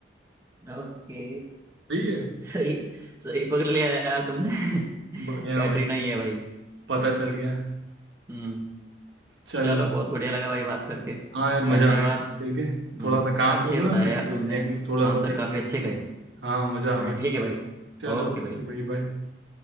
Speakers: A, on the right; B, on the right.
A: ओके
B: सही है
A: सही सही पकड़ लिया यार तुमने <laughs>
B: बढ़िया
A: कैटरीना
B: भाई
A: ही है भाई
B: पता चल गया
A: हम्म
B: चलो
A: चलो बहुत बढ़िया लगा भाई बात करके
B: हाँ यार मजा
A: धन्यवाद
B: आ गया खेल के
A: हम्म
B: थोड़ा सा काम
A: अच्छे
B: कर लो
A: बताए
B: ना फिर
A: यार
B: खेलते
A: तुमने
B: हैं कुछ थोड़ा सा
A: आंसर
B: और
A: काफी
B: entertainment
A: अच्छे कहे
B: करें। हाँ मजा
A: हाँ
B: आ गया
A: ठीक है भाई
B: चलो
A: ओके
B: ठीक
A: भाई
B: है भाई बाय